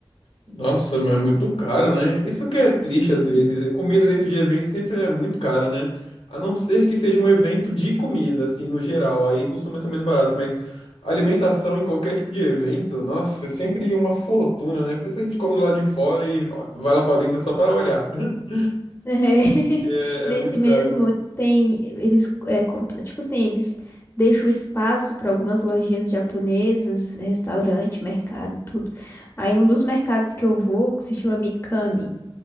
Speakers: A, on the left; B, on the left.
A: Nossa, mas é muito caro, né? Isso que é triste
B: Sim.
A: às vezes. Comida dentro de evento sempre é muito caro, né? A não ser que seja um evento de comida, assim, no geral. Aí costuma ser mais barato, mas alimentação em qualquer tipo de evento, nossa, é sempre uma fortuna, né? Por isso a gente come do lado de fora e ó, vai lá pra dentro só pra olhar. <laughs>
B: É, <laughs>
A: É,
B: Nesse
A: é muito
B: mesmo
A: caro.
B: tem eles é, contra, tipo assim, eles deixam espaço para algumas lojinhas japonesas, restaurante, mercado, tudo. Aí um dos mercados que eu vou, que se chama Mikami,